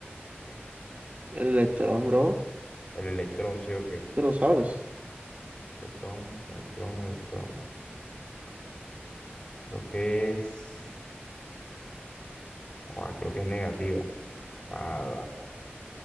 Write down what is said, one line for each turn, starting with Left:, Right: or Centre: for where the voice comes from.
Right: El electrón, bro,
Left: el electrón, sí o qué?
Right: tú lo sabes.
Left: Protón, neutrón, electrón. Creo que es... ah, creo que es negativa. Nada.